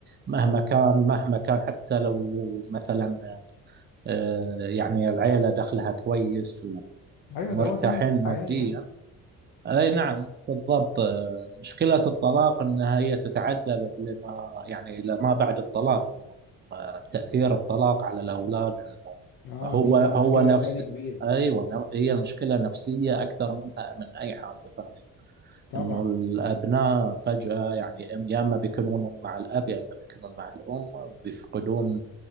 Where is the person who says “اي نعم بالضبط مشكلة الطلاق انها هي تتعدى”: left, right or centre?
Right